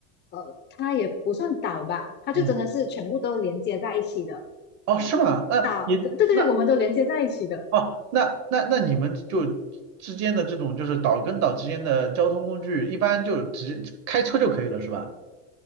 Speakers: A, on the left; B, on the right.
A: 呃，它也不算岛吧，它就真的是全部都连接在一起的
B: 嗯，哦，是吗？那你那
A: 岛，对对对，我们都连接在一起的。
B: 哦，那那那你们就之间的这种就是岛跟岛之间的交通工具，一般就直接开车就可以了，是吧？